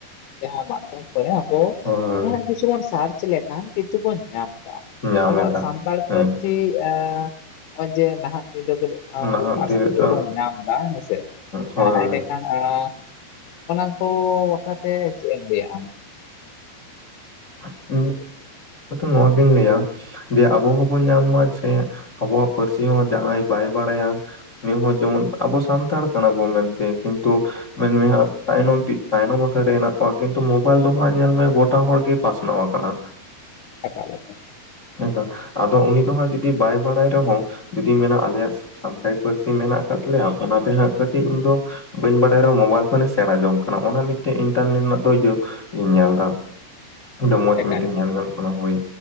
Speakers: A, on the left; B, on the left.
A: ᱡᱟᱦᱟᱸ ᱢᱟᱫᱽᱫᱷᱚᱢ ᱠᱚᱨᱮ ᱟᱵᱚ
B: ᱦᱳᱭ,
A: ᱡᱟᱦᱱᱟᱜ ᱠᱤᱪᱷᱩ ᱵᱚᱱ ᱥᱟᱨᱪ ᱞᱮᱠᱷᱟᱱ ᱠᱤᱱᱛᱩ ᱵᱚᱱ ᱧᱟᱢ ᱫᱟ
B: ᱧᱟᱢ
A: ᱟᱵᱚᱣᱟᱜ
B: ᱮᱫᱟ
A: ᱥᱟᱱᱛᱟᱲ
B: ᱦᱮᱸ
A: ᱯᱟᱹᱨ ᱛᱤ ᱮᱸ ᱦᱚᱸᱜᱼᱚᱭ ᱡᱮ ᱱᱟᱦᱟᱜ ᱫᱤᱱ ᱨᱮ ᱠᱟᱹᱴᱤᱡ
B: ᱱᱟᱦᱟᱜ ᱫᱤᱱ ᱨᱮᱫᱚ
A: <unintelligible> ᱵᱚᱱ ᱧᱟᱢ ᱫᱟ ᱦᱮᱸ ᱥᱮ
B: ᱦᱳᱭ
A: ᱟᱸ
B: ᱦᱳᱭ
A: ᱮᱸᱰᱮ ᱠᱷᱟᱱ ᱮᱸ ᱚᱱᱟ ᱠᱚ ᱵᱟᱠᱷᱨᱟᱛᱮ ᱪᱮᱫ ᱮᱢ ᱞᱟᱹᱭᱟ ᱟᱢ?
B: <inaudible> ᱱᱚᱣᱟ ᱜᱤᱧ ᱞᱟᱹᱭᱟ ᱡᱮ ᱟᱵᱚ ᱦᱚᱸᱵᱚᱱ ᱧᱟᱢ ᱢᱟ ᱪᱷᱮ ᱟᱵᱚᱣᱟᱜ ᱯᱟᱹᱨᱥᱤ ᱦᱚᱸ ᱡᱟᱦᱟᱸᱭ ᱵᱟᱭ ᱵᱟᱲᱟᱭᱟ ᱱᱤᱭᱟᱹ ᱦᱚᱸ ᱡᱮᱢᱚᱱ ᱟᱵᱚ ᱥᱟᱱᱛᱟᱲ ᱠᱟᱱᱟ ᱵᱚᱱ ᱢᱮᱱᱛᱮ ᱠᱤᱱᱛᱩ ᱢᱮᱱᱢᱮ ᱦᱟᱸᱜ ᱛᱟᱭᱱᱚᱢ <inaudible> ᱛᱟᱭᱱᱚᱢ ᱟᱠᱟᱱ ᱨᱮ ᱦᱮᱸᱱᱟᱜ ᱠᱚᱣᱟ ᱠᱤᱱᱛᱩ ᱢᱳᱵᱟᱭᱤᱞ ᱫᱚ ᱦᱟᱸᱜ ᱧᱮᱞ ᱢᱮ ᱜᱚᱴᱟ ᱦᱚᱲᱜᱮ ᱯᱟᱥᱱᱟᱣ ᱟᱠᱟᱱᱟ᱾
A: ᱮᱠᱟᱞ ᱮᱠᱟᱞ᱾
B: ᱦᱮᱸᱥᱮ ᱟᱫᱚ ᱩᱱᱤ ᱫᱚ ᱦᱟᱸᱜ ᱡᱩᱫᱤ ᱵᱟᱭ ᱵᱟᱲᱟᱭ ᱨᱮᱦᱚᱸ ᱡᱩᱫᱤᱧ ᱢᱮᱱᱟ ᱟᱞᱮᱭᱟᱜ ᱥᱟᱱᱛᱟᱲᱤ ᱯᱟᱹᱨᱥᱤ ᱢᱮᱱᱟᱜ ᱠᱟᱫ ᱛᱟᱞᱮᱭᱟ ᱚᱱᱟᱛᱮ ᱦᱟᱸᱜ ᱠᱟᱹᱴᱤᱡ ᱤᱧ ᱫᱚ ᱵᱟᱹᱧ ᱵᱟᱰᱟᱭ ᱨᱮᱦᱚᱸ ᱢᱳᱵᱟᱭᱤᱞ ᱠᱷᱚᱱᱤᱧ ᱥᱮᱬᱟ ᱡᱚᱝ ᱠᱟᱱᱟ ᱚᱱᱟ ᱢᱤᱫᱴᱮᱡ ᱤᱱᱴᱟᱨᱱᱮᱴ ᱨᱮᱱᱟᱜ ᱫᱚ ᱤᱭᱟᱹᱧ ᱧᱮᱞ ᱫᱟ᱾ ᱚᱸᱰᱮ ᱢᱚᱸᱡᱽ
A: ᱚᱠᱟ
B: ᱢᱤᱫᱴᱮᱱ
A: ᱞᱮᱠᱟ
B: ᱧᱮᱞ ᱧᱟᱢᱚᱜ ᱠᱟᱱᱟ ᱦᱩᱭ᱾